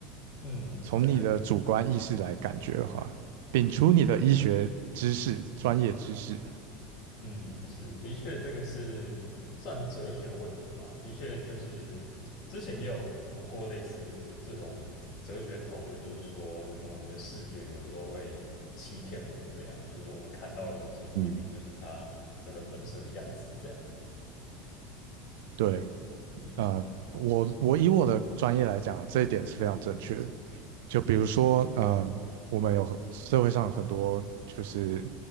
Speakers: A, on the left; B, on the right.
A: 嗯，
B: 从你的主观意识来感觉的话，
A: 这个，
B: 摒除你的医学知识、专业知识，
A: 嗯，是，的确，这个是算哲学问题嘛？的确，就是之前也有读过类似这种哲学讨论，就是说我们的视觉有的时候会欺骗我们，这样，就是我们看到的东西不一定就是它真的本身的样子，
B: 嗯，
A: 这样。
B: 对，
A: 嗯，
B: 呃，我我以我的专业来讲，这一点是非常正确的。就比如说，呃，我们有社会上有很多就是